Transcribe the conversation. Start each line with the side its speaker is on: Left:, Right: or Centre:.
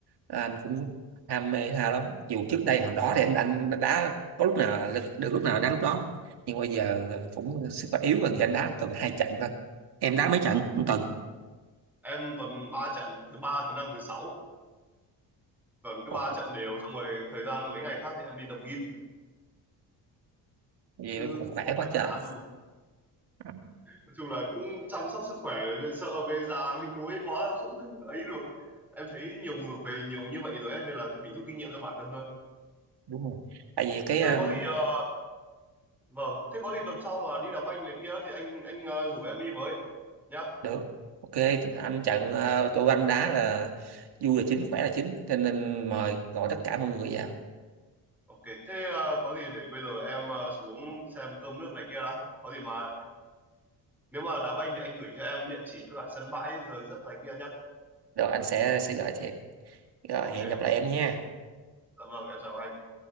Right: ờ, anh cũng ham mê thể thao lắm Mặc dù trước đây hồi đó thì anh anh đá có lúc nào là- được lúc nào đá lúc đó nhưng bây giờ cũng sức khỏe yếu rồi thì anh đá tuần hai trận thôi em đá mấy trận
Centre: à?
Right: một tuần
Centre: em tuần ba trận thứ ba thứ năm thứ sáu tuần cứ
Right: Ồ,
Centre: ba trận đều xong rồi thời gian mấy ngày khác thì em đi tập gym
Right: vậy em
Centre: chứ
Right: còn
Centre: cũng
Right: khỏe
Centre: không phải
Right: quá
Centre: là
Right: trời
Centre: đá
Right: Ừ,
Centre: nói chung là cũng chăm sóc sức khỏe về sợ về già mình đuối quá không <laughs> ấy được em thấy nhiều người nhiều như vậy rồi ấy, nên là mình rút kinh nghiệm cho bản thân thôi
Right: đúng rồi tại vì cái
Centre: thế
Right: ờ,
Centre: có gì ờ, vâng thế có gì tuần sau mà đi đá banh này kia thì anh anh ờ, rủ em đi với nhá
Right: được ok anh trận tôi tụi anh đá là vui là chính khỏe là chính cho nên mời gọi tất cả mọi người vào
Centre: ok thế ờ, có gì để bây giờ em ờ, xuống xem cơm nước này kia đã có gì mà nếu mà đá banh thì anh gửi cho em địa chỉ với cả sân bãi giờ giấc này kia nhá
Right: rồi anh sẽ sẽ gửi cho em rồi
Centre: ok
Right: hẹn gặp
Centre: ok
Right: lại em nha
Centre: dạ vâng em chào anh